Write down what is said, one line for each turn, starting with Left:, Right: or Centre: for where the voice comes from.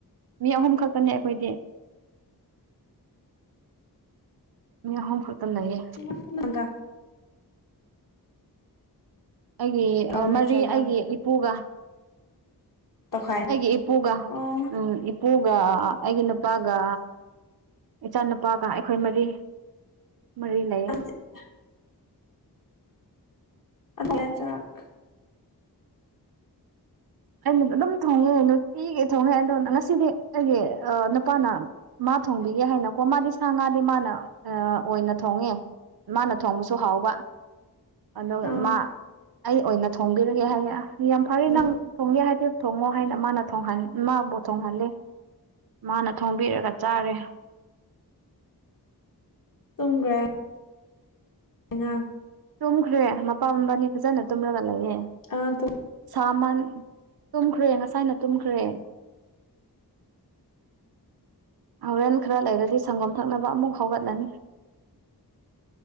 Right: ꯃꯤ ꯑꯍꯨꯝ ꯈꯛꯇꯅꯦ ꯑꯈꯣꯏꯗꯤ꯫ ꯃꯤ ꯑꯍꯨꯝ ꯈꯛꯇ ꯂꯩꯌꯦ꯫
Left: <unintelligible> ꯅꯪꯒꯥ꯫
Right: ꯑꯩꯒꯤ ꯑꯥ
Left: ꯅꯠꯇ꯭ꯔꯒ
Right: ꯃꯔꯤ ꯑꯩꯒꯤ ꯏ ꯄꯨꯒ
Left: ꯇꯣꯈꯥꯏ
Right: ꯑꯩꯒꯤ ꯏꯄꯨꯒ꯫
Left: ꯑꯣ
Right: ꯎꯝ ꯏꯄꯨꯒ, ꯑꯩꯒꯤ ꯅꯨꯄꯥꯒ ꯏꯆꯥꯅꯨꯄꯥꯒ ꯑꯩꯈꯣꯏ ꯃꯔꯤ ꯃꯔꯤ ꯂꯩꯌꯦ꯫
Left: <inaudible> ꯑꯅꯦ ꯆꯥꯛ
Right: ꯑꯩꯅ ꯑꯗꯨꯝ ꯊꯣꯡꯉꯦ ꯅꯨꯇꯤꯒꯤ ꯊꯣꯡꯉꯦ ꯑꯗꯣ ꯉꯁꯤꯗꯤ ꯑꯩꯒꯤ ꯅꯨꯄꯥꯅ ꯃꯥ ꯊꯣꯡꯕꯤꯒꯦ ꯍꯥꯏꯅꯀꯣ ꯃꯥꯗꯤ ꯁꯥ ꯉꯥꯗꯤ ꯃꯥꯅ ꯑꯣꯏꯅ ꯊꯣꯡꯉꯦ꯫ ꯃꯥꯅ ꯊꯣꯡꯕꯁꯨ ꯍꯥꯎꯕ꯫ ꯑꯗꯨꯒ
Left: ꯑꯥ
Right: ꯃꯥ ꯑꯩ ꯑꯣꯏꯅ ꯊꯣꯡꯕꯤꯔꯒꯦ ꯍꯥꯏꯌꯦ ꯌꯥꯝ ꯐꯔꯦ
Left: ꯎꯝ
Right: ꯅꯪ ꯊꯣꯡꯒꯦ ꯍꯥꯏꯗꯤ ꯊꯣꯡꯉꯣ ꯍꯥꯏꯅ ꯃꯥꯅ ꯃꯥꯕꯨ ꯊꯣꯡꯍꯜꯂꯦ꯫ ꯃꯥꯅ ꯊꯣꯡꯕꯤꯔꯒ ꯆꯥꯔꯦ꯫
Left: ꯇꯨꯝꯒ꯭ꯔꯦ꯫ ꯑꯉꯥꯡ꯫
Right: ꯇꯨꯝꯈ꯭ꯔꯦ ꯃꯄꯥ ꯃꯥꯕꯅꯤ ꯐꯖꯅ ꯇꯨꯝꯔꯒ ꯂꯩꯌꯦ꯫
Left: ꯑꯉꯥꯡ ꯇꯨꯝ
Right: ꯁꯥꯃꯟ ꯇꯨꯝꯈ꯭ꯔꯦ ꯉꯁꯥꯏꯅ ꯇꯨꯝꯈ꯭ꯔꯦ ꯍꯧꯔꯦꯟ ꯈꯔ ꯂꯩꯔꯗꯤ ꯁꯪꯒꯣꯝ ꯊꯛꯅꯕ ꯑꯃꯨꯛ ꯍꯧꯒꯠꯂꯅꯤ